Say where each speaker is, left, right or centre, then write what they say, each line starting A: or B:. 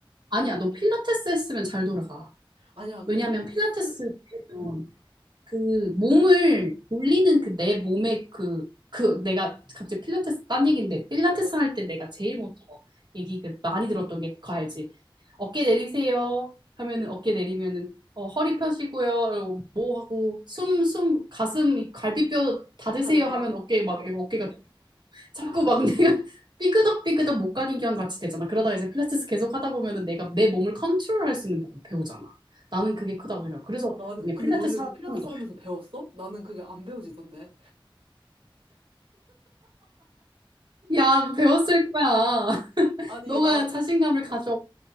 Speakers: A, on the right; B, on the right.
A: 아니야, 너 필라테스 했으면 잘 돌아가.
B: 아니야, 근데
A: 왜냐면
B: 필라테스,
A: 필라테스 그도그 몸을 돌리는 그 내 몸의 그 그 내가 갑자기 필라테스 딴 얘기인데 필라테스
B: 어, 어.
A: 할 때 내가 제일 먼저 얘기 그 많이 들었던 게 그거 알지? 어깨 내리세요 하면은 어깨 내리면은 어, 허리 펴시고요. 이러고 뭐 하고 숨 숨 가슴 갈비뼈 닫으세요
B: 다 드세요?
A: 하면 어깨 막
B: 어, 어.
A: 이거 어깨가 자꾸 막 내가 <laughs> 삐그덕삐그덕 목각인견 같이 되잖아. 그러다가 이제 필라테스 계속 하다 보면은 내가 내 몸을 컨트롤할 수 있는 법을 배우잖아. 나는 그게 크다고 생각해. 그래서
B: 아, 나는,
A: 그냥
B: 근데
A: 필라테스
B: 너는
A: 하면
B: 그 필라테스
A: 또,
B: 하면서 배웠어? 나는 그게 안 배워지던데.
A: 야, 배웠을 거야. <laughs>
B: 아니,
A: 너가
B: 나
A: 자신감을 가져.